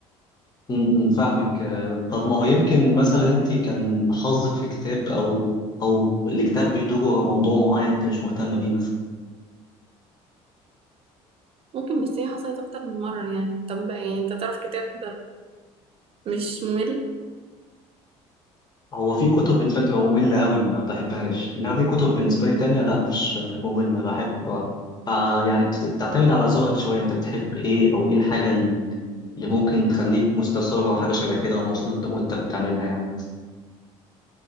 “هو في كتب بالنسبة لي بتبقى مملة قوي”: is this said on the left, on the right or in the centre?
Left